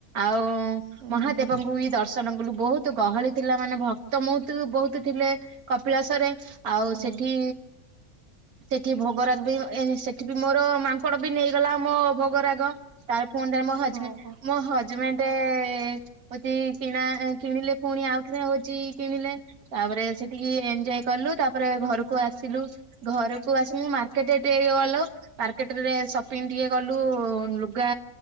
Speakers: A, on the right; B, on the right.
A: ଆଉ
B: ହୁଁ
A: ମହା
B: ହୁଁ
A: ଦେବଙ୍କୁ ବି ଦର୍ଶନ କଲୁ ବହୁତ ଗହଳି ଥିଲା ମାନେ ଭକ୍ତ ମହୁତୁ ବହୁତୁ ଥିଲେ। କପିଳାସରେ, ଆଉ
B: ହୁଁ
A: ସେଠି ସେଠି ଭୋଗ ରାଜ୍ ବି ଏ ସେଠି ବି ମୋର ମାଙ୍କଡ ବି ନେଇଗଲା ମୋ ଭୋ ଗୁରାକ ତାର ପୁଣିରେ ମୋ ହଜବେଣ୍ଡ
B: ଓହୋ।
A: ମୋ ହଜବେଣ୍ଡେ ହଉଛି କିଣା କିଣିଲେ ପୁଣି ଆଉଥରେ ହଉଛି କିଣିଲେ। ତାପରେ ସେଠିକି ଏଞ୍ଜୟ୍ କଲୁ ତାପରେ ଘରକୁ ଆସିଲୁ। ଘରକୁ ଆସି ମୁଁ ମାର୍କେଟ ଏଠି ଏଇ ଗଲୁ। ମାର୍କେଟ ରେ ସପିଙ୍ଗ ଟିକେ ଗଲୁ ଲୁଗା